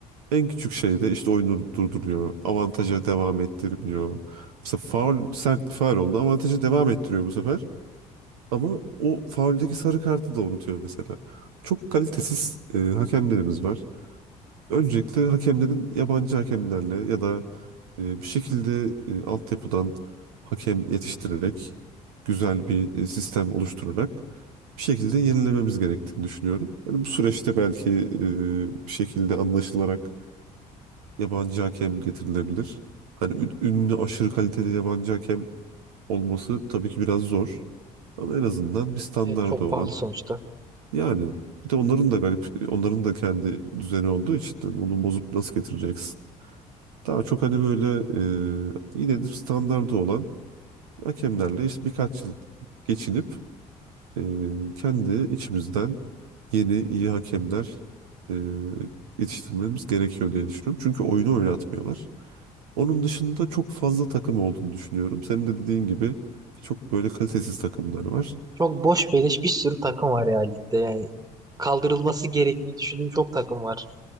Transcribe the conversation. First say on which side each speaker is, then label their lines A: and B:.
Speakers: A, on the right; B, on the right.
A: En küçük şeyde işte oyunu durduruyor. Avantaja devam ettirmiyor. Mesela faul sert bir faul oldu. Avantaja devam ettiriyor bu sefer. Ama o fauldeki sarı kartı da unutuyor mesela. Çok kalitesiz e, hakemlerimiz var. Öncelikle hakemlerin yabancı hakemlerle ya da e, bir şekilde e, altyapıdan hakem yetiştirerek güzel bir e, sistem oluşturarak bir şekilde yenilememiz gerektiğini düşünüyorum. Yani bu süreçte belki e, bir şekilde anlaşılarak yabancı hakem getirilebilir. Hani ün- ünlü aşırı kaliteli yabancı hakem olması tabii ki biraz zor. Ama en azından bir standardı
B: Evet çok
A: olan
B: pahalı sonuçta.
A: yani bir de onların da garip onların da kendi düzeni olduğu için hani onu bozup nasıl getireceksin? Daha çok hani böyle e, yine de standardı olan hakemlerle işte birkaç yıl geçinip e, kendi içimizden yeni iyi hakemler e, yetiştirmemiz gerekiyor diye düşünüyorum. Çünkü oyunu oynatmıyorlar. Onun dışında çok fazla takım olduğunu düşünüyorum. Senin de dediğin gibi çok böyle kalitesiz takımlar var.
B: Çok boş beleş bir sürü takım var ya ligde. Yani kaldırılması gerektiğini düşündüğüm çok takım var.